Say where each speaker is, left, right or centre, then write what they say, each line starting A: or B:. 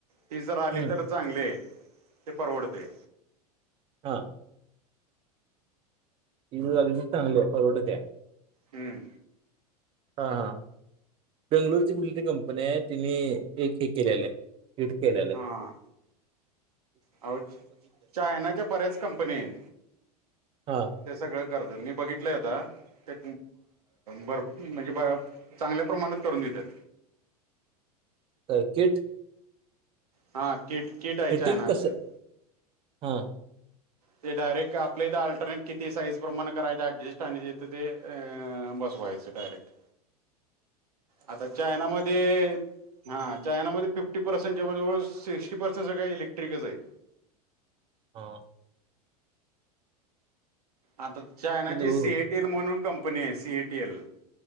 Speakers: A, on the right; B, on the right.
A: ती जर आली
B: हम्म
A: तर चांगले य ते परवडतय.
B: हा. ती जर आली तर चागलीय परवडत्या.
A: हं
B: हा हा बेंगलोर ची कुठलीतरी कंपनी आहे तिनी एक हे केलेलंय. हिट केलेलय.
A: हा अहो चायनाच्या बऱ्याच कंपनी आहेत.
B: हा
A: ते सगळं करतेत. हो मी बघितलंय आता त्या भरपूर म्हणजे चांगल्या प्रमाणात करून देतात.
B: अ किट?
A: हा किट किट आहे
B: फिटिंग
A: चयनाच.
B: कसं
A: <unintelligible>
B: हा.
A: ते डायरेक्ट आपल्या इथं अल्टरनेट किती साईज प्रमाण करायच ऍडजस्ट आणि जथ ते . व्हायचं डायरेक्ट.
B: .
A: आता चायनामध्ये हा. चायनामध्ये फिफ्टी पर्सेंट जवळजवळ सिक्स्टी पर्सेंट सगळळे इलेक्ट्रिकच आहेत.
B: हो
A: आता चायनाची
B: किती हो?
A: सीएटीएल म्हणून कंपनी आहे सीएटीएल.